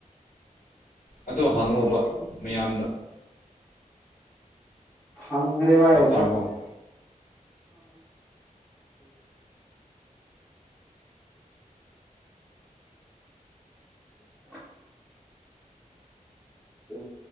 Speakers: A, on the left; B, in the centre.
A: ꯑꯗꯣ ꯍꯪꯉꯣꯕ
B: ꯦ
A: ꯃꯌꯥꯝꯗ
B: ꯍꯪ ꯔꯦꯕꯥ
A: ꯚꯥꯞ ꯇꯥꯔꯕꯣ
B: ꯃ ꯎꯝ ꯎ